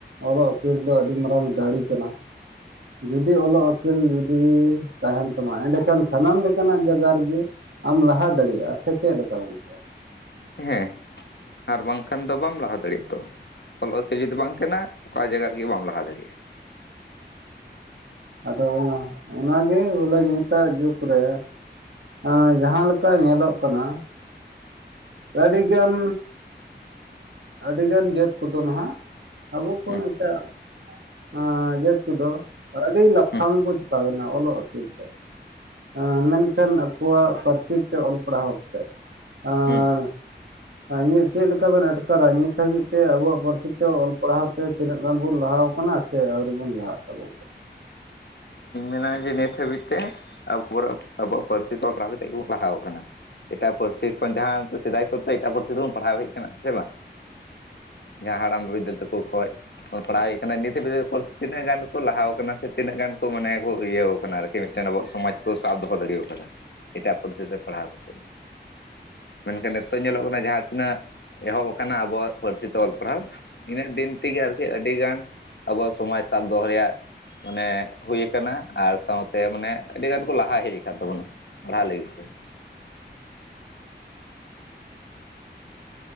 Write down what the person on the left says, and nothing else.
ᱦᱮᱸ, ᱟᱨ ᱵᱟᱝ ᱠᱷᱟᱱ ᱫᱚ ᱵᱟᱢ ᱞᱟᱦᱟ ᱫᱟᱲᱮᱜ-ᱟ ᱛᱚ, ᱚᱞ-ᱚᱞᱛᱮ ᱡᱩᱫᱤ ᱵᱟᱝ ᱛᱟᱦᱮᱱᱟ ᱾ ᱚᱠᱟ ᱡᱟᱭᱜᱟ ᱨᱮᱜᱤ ᱵᱟᱢ ᱞᱟᱦᱟ ᱫᱟᱲᱮᱜᱼᱴ-ᱟ ᱾
ᱦᱩᱸ
ᱦᱩᱸ
ᱦᱩᱸ
ᱮᱱᱟ ᱡᱮ ᱱᱤᱛ ᱦᱟᱹᱵᱤᱡ ᱛᱮ ᱟᱵᱚ ᱟᱵᱚᱣᱟᱜ ᱯᱟᱹᱨᱥᱤ ᱛᱮ ᱯᱟᱲᱦᱟᱣ ᱠᱟᱛᱮ ᱜᱮ ᱵᱚ ᱞᱟᱦᱟᱣ ᱟᱠᱟᱱᱟ ᱾ ᱮᱴᱟᱜ ᱯᱟᱹᱨᱥᱤ ᱠᱷᱚᱱ ᱡᱟᱦᱟᱸ ᱛᱚ ᱥᱮᱫᱟᱭ ᱠᱚᱛᱮ ᱮᱴᱟᱜ ᱯᱟᱹᱨᱥᱤ ᱛᱮᱵᱚᱱ ᱯᱟᱲᱦᱟᱣ ᱦᱮᱡ ᱠᱟᱱᱟ ᱥᱮ ᱵᱟᱝ? ᱡᱟᱦᱟᱸ ᱦᱟᱲᱟᱢ ᱵᱤᱫᱽᱫᱟᱹᱞ ᱛᱟᱠᱩ ᱠᱷᱚᱡ ᱾ ᱯᱟᱲᱦᱟᱣ ᱦᱩᱭᱩᱜ ᱠᱟᱱᱟ ᱱᱤᱛ ᱦᱟᱹᱫᱤᱡ ᱛᱮ ᱛᱤᱱᱟᱹᱜ ᱜᱟᱱ ᱠᱚ ᱞᱟᱦᱟᱣ ᱠᱟᱱᱟ ᱥᱮ ᱛᱤᱱᱟᱹᱜ ᱜᱟᱱ ᱠᱚ ᱢᱟᱱᱮ ᱠᱚ ᱤᱭᱟᱹ ᱠᱟᱱᱟ ᱟᱨᱠᱤ ᱢᱤᱫᱴᱮᱱ ᱟᱵᱚᱣᱟᱜ ᱥᱚᱢᱟᱡᱽ ᱠᱚ ᱥᱟᱵ ᱫᱚᱦᱚ ᱫᱟᱲᱮᱣ ᱠᱟᱫᱟ ᱾ ᱮᱴᱟᱜ ᱯᱟᱹᱨᱥᱤ ᱛᱮ ᱯᱟᱲᱦᱟᱣ ᱠᱟᱛᱮᱫ ᱾ ᱢᱮᱱᱠᱷᱟᱱ ᱱᱤᱛᱚᱜ ᱧᱮᱞᱚᱜ ᱠᱟᱱᱟ ᱡᱟᱦᱟᱸ ᱛᱤᱱᱟᱹᱜ ᱮᱦᱚᱵ ᱟᱠᱟᱱᱟ ᱟᱵᱚᱣᱟᱜ ᱯᱟᱹᱨᱥᱤ ᱛᱮ ᱚᱞ ᱯᱟᱲᱦᱟᱣ ᱾ ᱤᱱᱟᱹᱜ ᱫᱤᱱ ᱛᱮᱜᱮ ᱟᱨᱠᱤ ᱟᱹᱰᱤ ᱜᱟᱱ ᱟᱵᱚ ᱥᱚᱢᱟᱡᱽ ᱥᱟᱵ ᱫᱚᱦᱚᱭᱟᱭ ᱨᱮᱭᱟᱜ ᱢᱟᱱᱮ ᱦᱩᱭ ᱠᱟᱱᱟ ᱟᱨ ᱥᱟᱶᱛᱮ ᱢᱟᱱᱮ ᱟᱹᱰᱤ ᱜᱟᱱ ᱠᱚ ᱞᱟᱦᱟ ᱦᱮᱡ ᱟᱠᱟᱱ ᱛᱟᱵᱚᱱᱟ ᱯᱟᱲᱦᱟᱜ ᱞᱟᱹᱜᱤᱫ ᱛᱮ ᱾